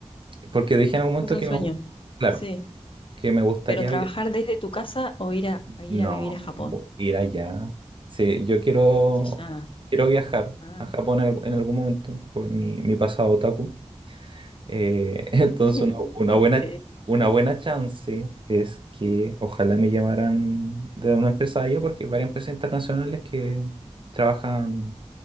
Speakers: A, on the right; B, on the left.
A: porque dije en algún momento
B: Es un
A: que
B: sueño.
A: me, gu- claro,
B: Sí.
A: que me gustaría
B: Pero trabajar
A: via-
B: desde tu casa o ir a, a ir
A: no
B: a vivir a Japón.
A: bo- ir allá. Sí, yo quiero
B: Ir allá
A: quiero viajar
B: Ah,
A: a Japón en, algu- en algún momento por mi, mi pasado otaku. Eh, <laughs> entonces
B: <laughs>
A: una, una
B: ok.
A: buena una buena chance es que ojalá me llamaran de una empresa allá porque hay varias empresas internacionales que trabajan